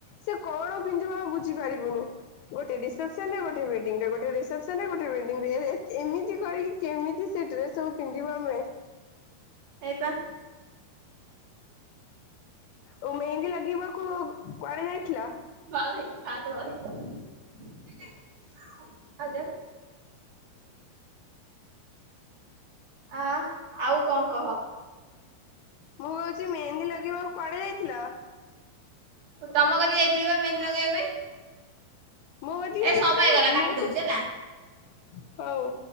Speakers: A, on the left; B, on the right.
A: ସେ କଣ ପିନ୍ଧିବ ଆମେ ବୁଝିପାରିବୁନୁ ଗୋଟେ ଦିସ୍ ରିସେପ୍ସନ୍ ଗୋଟେ ୱେଡିଙ୍ଗ୍ ରେ, ଗୋଟେ ରିସେପ୍ସନ୍ ଗୋଟେ ୱେଡିଙ୍ଗ୍ରେ ଏ ଏ ଏମିତି କରିକି କେମିତି ସେ ଡ୍ରେସ୍ ସବୁ ପିନ୍ଧିବୁ ଆମେ?
B: ହେଇପା
A: ଓ ମେହେନ୍ଦୀ ଲଗେଇବାକୁ କୁଆଡେ ଯାଇଥିଲ?
B: <inaudible> ଆ ଆଉ କଣ କହ?
A: ମୁଁ କହୁଛି ମେହେନ୍ଦୀ ଲଗେଇବାକୁ କୁଆଡେ ଯାଇଥିଲ?
B: ତମ କତିକି ଯାଇଥଲି ପା ମେହେନ୍ଦି ନଗେଇବା ପାଇଁ।
A: ମୋ କତିକି
B: ଏ ସମୟ
A: କାଇଁ
B: ହେଇଗଲା କାଟି
A: ମୋ
B: ଦଉଛି
A: ହଉ।
B: ହେଲା।